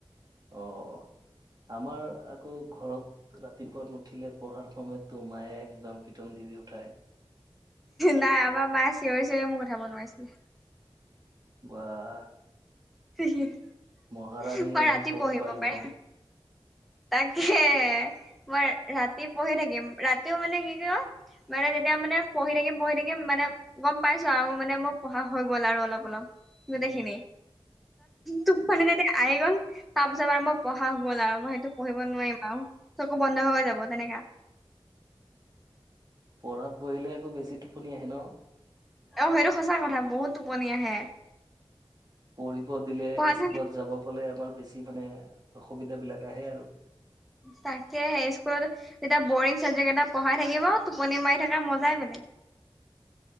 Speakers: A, on the right; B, in the centre.
A: অ অ আমাৰ আকৌ ঘৰত। ৰাতিপুৱা ন নুঠিলে পঢ়াৰ সময়ত তো মায়ে একদম পিটন দি দি উঠাই।
B: নাই আমাৰ মায়ে চিঞৰি চিঞৰি মোক কঠাব নোৱাৰিছিলে।
A: বাহ।
B: মই
A: মহাৰাণী আৰু
B: ৰাতি
A: ক'ত
B: পঢ়িব
A: পাৰিব
B: পাৰিম।
A: ন
B: তাকে মই ৰাতি পঢ়ি থাকিম ৰাতিও মানে কি কয়, মানে তেতিয়া মানে পঢ়ি থাকিম পঢ়ি থাকিম মানে। গ'ম পাইছ আৰু মানে মোৰ পঢ়া হৈ গ'ল আৰু অলপ অলপ গোটেইখিনি।
A: উম
B: টোপনি যেতিয়া আহি গ'ল তাৰ পিছত বাৰ মই পঢ়া গ'ল আৰু মই সেইটো পঢ়ি নোৱাৰিম আৰু চকু বন্ধ হৈ যাব তেনেকা।
A: পঢ়াত বহিলে আৰু বেছি টোপনি আহে ন।
B: অ সেইটো সঁচা কথা বহুত টোপনি আহে।
A: পঢ়িব দিলে
B: পঢ়াত
A: স্কুলত যাব গলে আমাৰ বেছি মানে অসুবিধা বিলাক আহে আৰু।
B: তাকে স্কুলত যেতিয়া বৰিং চাবজেক্ট এটা পঢ়াই থাকিব টোপনি মাৰি থকা মজাই বেলেগ।